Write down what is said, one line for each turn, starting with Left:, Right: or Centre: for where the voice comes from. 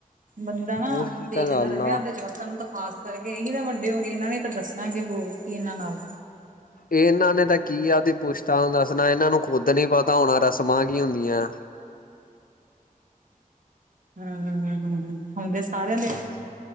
Right: ਬੰਦਾ ਨਾ
Left: ਉਹੀ ਤਾਂ
Right: ਦੇਖਦਾ
Left: ਗੱਲ
Right: ਰਹੇ
Left: ਆ।
Right: ਆਪਦੇ ਜਵਾਕਾਂ ਲੋਕਾਂ ਨੂੰ ਤਾਂ ਖਾਸ ਕਰਕੇ ਇਹੀ ਤਾਂ ਵੱਡੇ ਹੋ ਗਏ ਇਹਨਾਂ ਨੇ ਤਾਂ ਦੱਸਣਾ ਕਿ ਹੋ ਕੀ ਇਹਨਾਂ ਨਾਲ
Left: ਇਹ ਇਹਨਾਂ ਨੇ ਤਾਂ ਕੀ ਆਪਦੀ ਪੁੱਛਤਾ ਨੂੰ ਦੱਸਣਾ, ਇਹਨਾਂ ਨੂੰ ਖੁੱਦ ਨੀ ਪਤਾ ਹੋਣਾ ਰਸਮਾਂ ਕੀ ਹੁੰਦੀਆਂ।
Right: ਹਮ, ਹੁੰਦੇ ਸਾਰਿਆਂ ਦੇ।
Left: ਹ